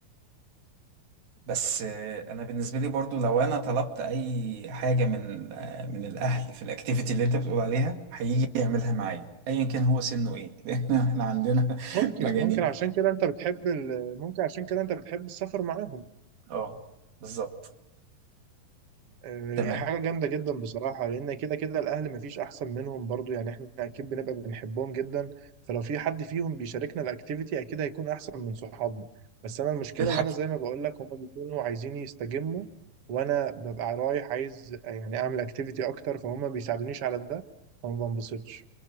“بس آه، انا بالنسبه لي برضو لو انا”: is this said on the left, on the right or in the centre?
Right